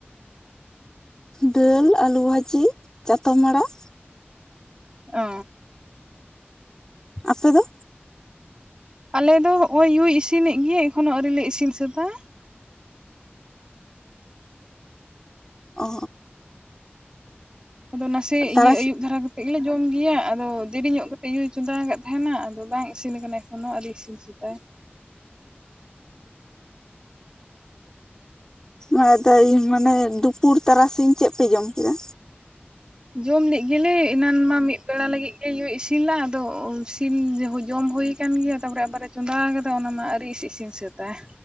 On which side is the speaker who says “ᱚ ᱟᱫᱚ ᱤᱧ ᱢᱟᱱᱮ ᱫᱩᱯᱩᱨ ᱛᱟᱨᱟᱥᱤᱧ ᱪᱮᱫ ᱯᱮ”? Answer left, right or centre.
Left